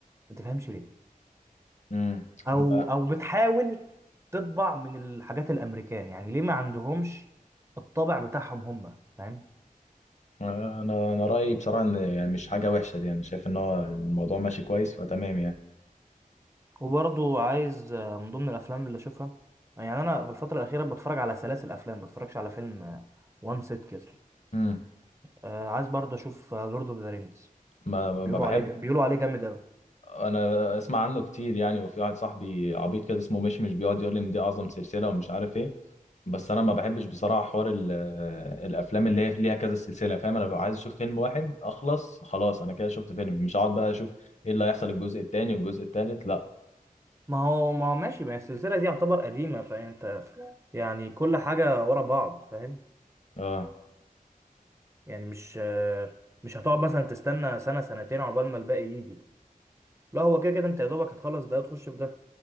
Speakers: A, on the right; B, on the left.
A: ما تفهمش ليه
B: امم
A: او
B: انت
A: او بتحاول تطبع من الحاجات الامريكان يعني ليه ما عندهمش الطابع بتاعهم هم فاهم
B: انا انا رايي بصراحه ان يعني مش حاجه وحشه دي انا شايف ان هو الموضوع ماشي كويس فتمام يعني
A: وبرضو عايز آه، من ضمن الافلام اللي اشوفها يعني انا في الفتره الاخيره بتفرج على سلاسل افلام ما بتفرجش على فيلم آه، وان سيت كده
B: امم
A: آه، عايز برضه اشوف لورد اوف ذا رينجز
B: ما ما
A: بيقولوا
B: ما بحبش
A: عليه بيقولوا عليه جامد قوي
B: انا اسمع عنه كتير يعني وفي واحد صاحبي عبيط كده اسمه مشمش بيقعد يقول لي ان دي اعظم سلسله ومش عارف ايه بس انا ما بحبش بصراحه حوار ال- آه، الافلام اللي هي ليها كذا سلسله فاهم انا ببقى عايز اشوف فيلم واحد اخلص خلاص انا كده شفت فيلم مش هقعد بقى اشوف ايه اللي هيحصل الجزء التاني والجزء التالت لا
A: ما هو ما هو ماشي ما هي السلسله دي يعتبر قديمه فانت يعني كل حاجه ورا بعض فاهم
B: اه
A: يعني مش آه، مش هتقعد مثلا تستنى سنه سنتين عقبال ما الباقي يجي لا هو كده كده انت يا دوبك هتخلص ده وتخش في ده